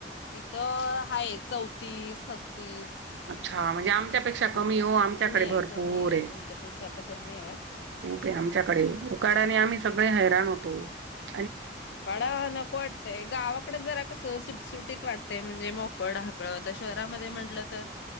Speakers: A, on the left; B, on the right.
A: इथं हाय चौतीस पस तीस.
B: ह म्हणजे आमच्यापेक्षा कमी हो आमच्याकडे भरपूर
A: आहे कमी
B: आहे,
A: तुमच्यापेक्षा आता कमी आहे
B: खूप आहे आमच्याकडे उकाडाने आम्ही सगळे हैराण होतो तो.
A: उकाड न वाटतय गावाकड जरा कस सुट सुट म्हणजे मोकळ ढाकळ तर शहरामध्ये म्हटलं तर